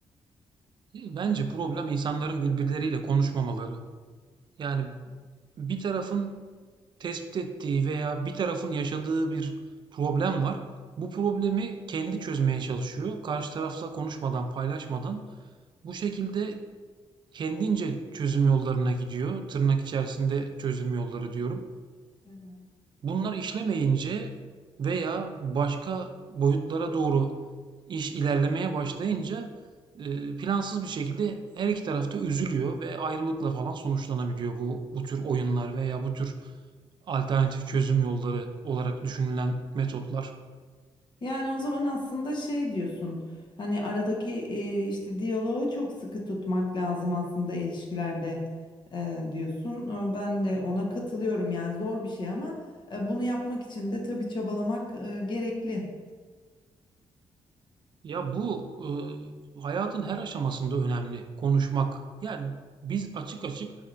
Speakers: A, on the right; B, on the left.
A: Değil, Bence problem insanların birbirleriyle konuşmamaları. Yani bir tarafın tespit ettiği veya bir tarafın yaşadığı bir problem var. Bu problemi kendi çözmeye çalışıyor. Karşı tarafla konuşmadan, paylaşmadan. Bu şekilde kendince çözüm yollarına gidiyor. Tırnak içerisinde çözüm yolları diyorum.
B: Hı hı.
A: Bunlar işlemeyince veya başka boyutlara doğru iş ilerlemeye başlayınca, eee, plansız bir şekilde her iki tarafta üzülüyor ve ayrılıkla falan sonuçlanabiliyor bu bu tür oyunlar veya bu tür alternatif çözüm yolları olarak düşünülen metotlar.
B: Yani o zaman aslında şey diyorsun. Hani aradaki e, işte diyaloğu çok sıkı tutmak lazım aslında ilişkilerde e, diyorsun. E, Ben de ona katılıyorum. Yani zor bir şey ama e, bunu yapmak için de tabii çabalamak e, gerekli.
A: Ya bu e, hayatın her aşamasında önemli konuşmak. Yani biz açık açık